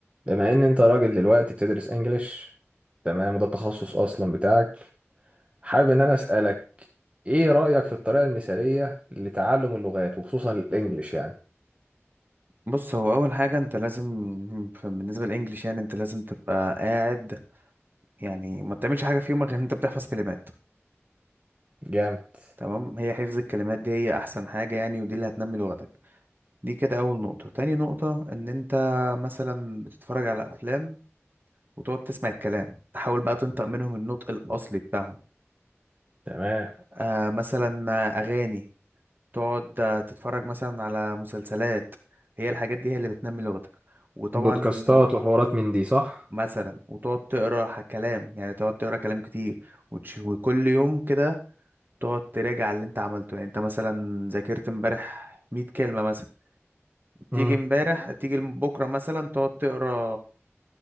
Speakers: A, on the right; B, on the right.
A: بما ان انت راجل دلوقتي بتدرس انجليش تمام وده التخصص اصلا بتاعك حابب ان انا اسالك ايه رايك في الطريقه المثاليه لتعلم اللغات وخصوصا الانجليش يعني
B: بص هو اول حاجه انت لازم ف- بالنسبه للانجليش يعني انت لازم تبقى قاعد يعني ما بتعملش حاجه في يومك غير ان انت بتحفظ كلمات
A: جامد
B: تمام هي حفظ الكلمات دي هي احسن حاجه يعني ودي اللي هتنمي لغتك دي كده اول نقطه تاني نقطه ان انت مثلا بتتفرج على افلام وتقعد تسمع الكلام تحاول بقى تنطق منهم النطق الاصلي بتاعهم
A: تمام
B: آه مثلا اغاني تقعد آه، تتفرج مثلا على مسلسلات هي الحاجات دي هي اللي بتنمي لغتك وطبعا
A: بودكاستات وحوارات من دي صح
B: مثلا وتقعد تقرا ح- كلام يعني تقعد تقرا كلام كتير وتش... وكل يوم كده تقعد تراجع اللي انت عملته يعني انت مثلا ذاكرت امبارح 100 كلمة مثلا تيجي
A: امم
B: امبارح تيجي بكرة مثلا تقعد تقرا